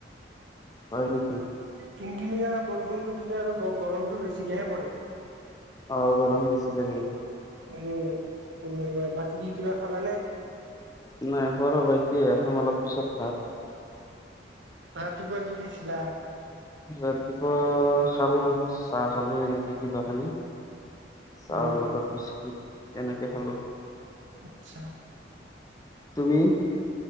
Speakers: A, on the left; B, on the right.
A: হয় নেকি।
B: কিনকিনিয়া বৰষুণতো দিলে আৰু গৰমতো বেছিকেহে পৰে।
A: অঁ' গৰম বেছি লাগে।
B: উমঁ' সেনেকুৱাই, বাকী কি কিবা খালানে?
A: নাই খোৱা ৰবা, এতিয়া <unintelligible> অলপ পিছত ভাত।
B: ৰাতিপুৱা কি খাইছিলা?
A: ৰাতিপুৱা খালোঁ চাহ খালোঁ এনেকে কিবা কানি। চাহৰ
B: উম
A: লগত বিস্কুট এনেকে খালোঁ।
B: আচ্ছা
A: তুমি?